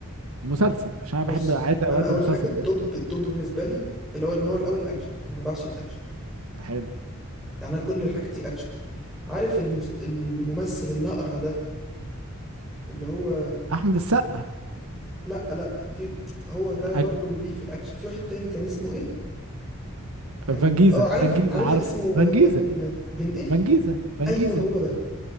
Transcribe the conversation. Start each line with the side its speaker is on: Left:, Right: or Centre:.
Right: مسلسل عشان انا
Centre: بص
Right: بحب عايز اودي
Centre: انا اول
Right: مسلسل
Centre: حاجه التوب
Right: ده
Centre: التوب بالنسبه لي اللي هو النوع الاول الاكشن انا بعشق الاكشن
Right: حلو
Centre: انا كل حاجتي اكشن عارف المس... الممثل الاقرع ده اللي هو
Right: احمد السقا
Centre: لا لا في <tsk> هو ده
Right: أج...
Centre: برضو ليه في الاكشن في واحد تاني كان اسمه ايه اه
Right: فانجيزا
Centre: آه، عارف
Right: فانجيزا
Centre: عارف
Right: عارف
Centre: اسمه
Right: فانجيزا
Centre: فين فين ايه
Right: فانجيزا فانجيزا
Centre: ايوه هو ده